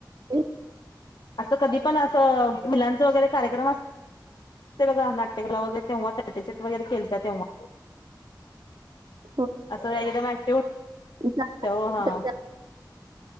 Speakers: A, on the right; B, on the left.
A: आहे.
B: असं कधी पण असं मुलांचं वगैरे कार्यक्रम अस ते बघा नाटकला वगैरे तेव्हा त्याटट वगैरेतात तेव्हा
A: <inaudible>
B: असं एकदम ऍक्टिव होत
A: झाड
B: ते हा
A: त्याच्या-